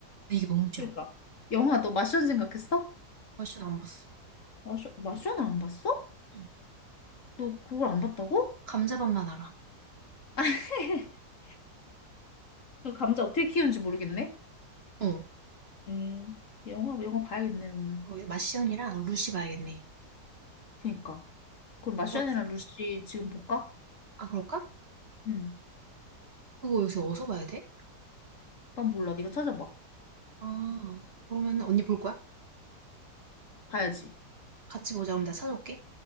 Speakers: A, on the right; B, on the left.
A: 이게 너무 싫어.
B: 그러니까. 영화 너 마션 생각했어?
A: 훨씬 안 봤어.
B: 마션 마션을 안 봤어?
A: 응.
B: 너 그걸 안 봤다고?
A: 감자밥만 알아.
B: <laughs> 그 감자 어떻게 키우는지 모르겠네.
A: 어.
B: 음, 영화, 영화 봐야겠네, 너는.
A: 그러게 마시연이랑 루시 봐야겠네.
B: 그니까. 그럼 마션이랑
A: 어,
B: 루시 지금 볼까?
A: 아, 그럴까?
B: 응.
A: 그거 요새 어디서 봐야 돼?
B: 난 몰라. 네가 찾아봐.
A: 아, 그러면 언니 볼 거야?
B: 봐야지.
A: 같이 보자. 그럼 내가 찾아올게.